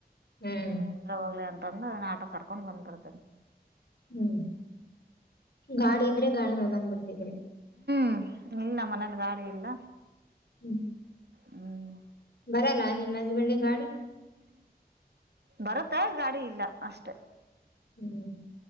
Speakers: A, on the left; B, on the right.
A: ಹ್ಮ್
B: ಹೋದ್ರ ಹೋಗ್ಲಿ ಅಂತ ಅಂದ್ ಆಟೋ ಕರ್ಕೊಂಡ್ ಬಂದ ಬಿಡತೆನಿ
A: ಹ್ಮ್ ಗಾಡಿ ಇದ್ರೆ ಗಾಡಿ ಮ್ಯಾಗ್ ಬಂದ ಬಿಡ್ತಿದ್ದಿರಿ
B: ಹ್ಮ್ ಇಲ್ ನಮ್ ಮನೇಲಿ ಗಾಡಿ ಇಲ್ಲ-
A: ಹ್ಮ್.
B: ಹ್ಮ್
A: ಬರಲ್ಲ ನೀಮ್ ಹಜಬಂಡಗ ಗಾಡಿ?
B: ಬರುತ್ತೇ ಗಾಡಿ ಇಲ್ಲ ಅಷ್ಟೆ.
A: ಹ್ಮ್